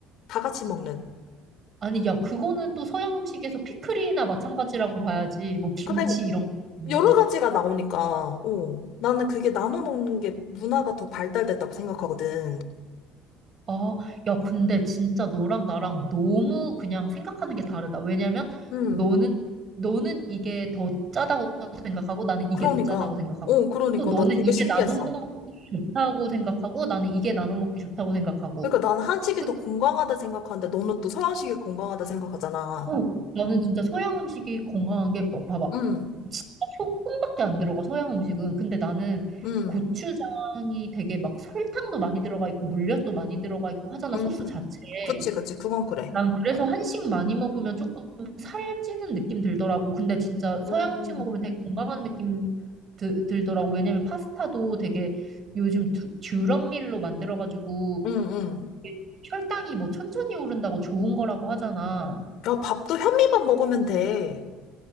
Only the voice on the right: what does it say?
아니, 야, 그거는 또 서양 음식에서 피클이나 마찬가지라고 봐야지. 뭐 김치
이런 건데.
아, 야, 근데 진짜 너랑 나랑 너무 그냥 생각하는 게 다르다. 왜냐면
너는, 너는 이게 더 짜다고 생각하고 나는 이게
더 짜다고 생각하고
또 너는
이게
나눠 먹기 좋다고 생각하고 나는 이게 나눠 먹기 좋다고 생각하고.
그,
어, 나는 진짜 서양 음식이 건강한 게 뭐, 봐봐.
진짜 소금밖에 안 들어가, 서양 음식은. 근데 나는
고추장이 되게 막 설탕도 많이 들어가 있고 물엿도 많이 들어가 있고 하잖아,
소스 자체에.
난 그래서 한식 많이 먹으면 조금 살찌는 느낌 들더라고. 근데 진짜
서양 음식 먹으면 되게 건강한 느낌 드, 들더라고. 왜냐면 파스타도 되게 요즘 듀, 듀럼밀로 만들어가지고
이게 혈당이 뭐 천천히 오른다고 좋은 거라고 하잖아.